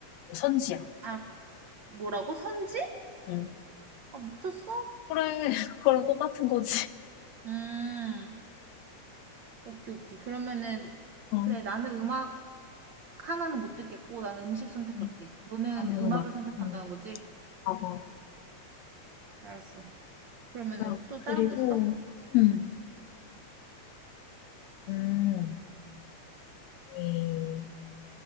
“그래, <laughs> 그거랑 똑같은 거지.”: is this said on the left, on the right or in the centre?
Left